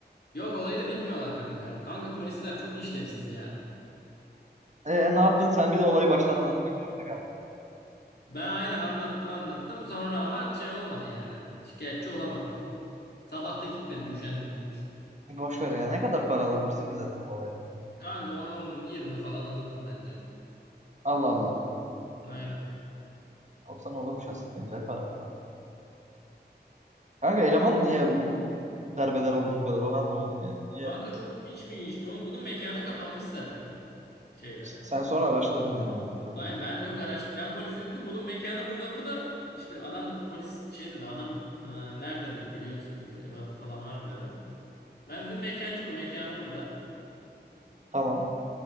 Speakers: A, on the left; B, on the right.
A: Yok olayı da bilmiyorlar kanka. Kanka polisler çok işlevsiz ya.
B: E ne yaptın sen bize olayı baştan anlatmak zorunda kaldın.
A: Ben aynen anlattım anlattım sonra ama şey olmadı yani. Şikayetçi olamadık. Sabah da gitmedim üşendim.
B: Boş ver ya. Ne kadar para alabilirsin ki zaten bu olaydan?
A: Kanka 10-20 falan alırdım bence.
B: Allah Allah.
A: Aynen.
B: Alsan olurmuş aslında. Güzel para. Kanka eleman niye bu derbeder oldu bu kadar? Onu anlamadım yani. Niye?
A: Kanka çok içmiş. Ne oğlum? Bunun mekanı kapanmış zaten şeyde.
B: Sen sonra araştırdın elemanı tabii.
A: Aynen ben yok araştı. Ben polise dedim bunun mekanı burada burada. İşte adam polis şey dedi adam e, nerede dedi biliyor musun irtibatı falan var mı dedi. Ben dedim mekancı bu mekanı burada.
B: Tamam.